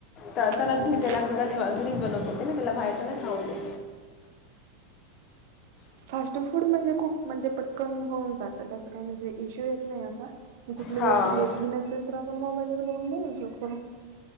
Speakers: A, on the left; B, on the right.
A: दळतानाच
B: हम्म
A: मी
B: हम्म.
A: त्याला घराच बाजरीच बनवत होते मी त्याला बाहेरच नाही खाऊ देत
B: फास्ट फूड म्हणजे खूप म्हणजे पटकन होऊन जातं त्याच काही म्हणजे इश्यू येत नाही असा कुठली
A: हां
B: गोष्टी येत ह नसेल तर आपण मोबाईलवरर बघून देल शोत